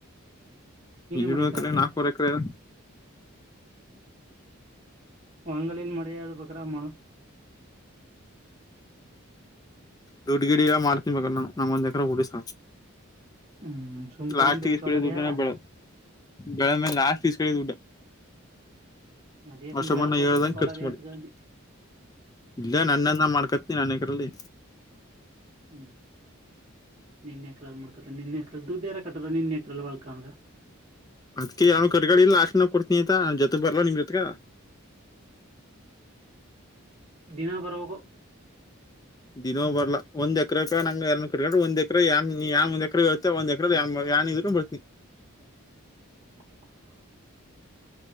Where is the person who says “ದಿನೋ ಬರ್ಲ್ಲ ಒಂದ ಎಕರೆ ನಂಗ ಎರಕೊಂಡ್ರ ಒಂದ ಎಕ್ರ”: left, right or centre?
Left